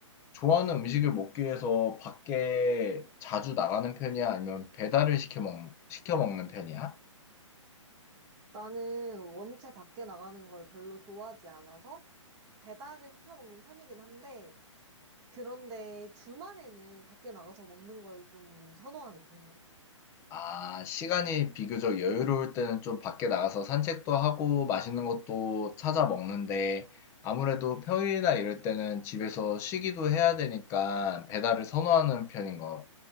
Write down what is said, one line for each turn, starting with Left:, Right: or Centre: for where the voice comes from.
Left: 좋아하는 음식을 먹기 위해서 밖에 자주 나가는 편이야? 아니면 배달을 시켜 먹, 시켜 먹는 편이야?
Right: 나는 원체 밖에 나가는 걸 별로 좋아하지 않아서 배달을 시켜 먹는 편이긴 한데, 그런데 주말에는 밖에 나가서 먹는 걸 좀 선호하는 편이야.
Left: 아, 시간이 비교적 여유로울 때는 좀 밖에 나가서 산책도 하고 맛있는 것도 찾아 먹는데 아무래도 평일이나 이럴 때는 집에서 쉬기도 해야 되니까 배달을 선호하는 편인 거